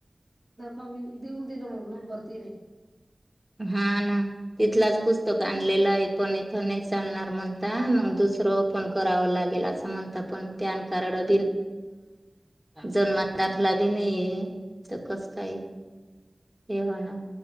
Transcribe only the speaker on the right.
का देऊन दिलं मग नंबर तिने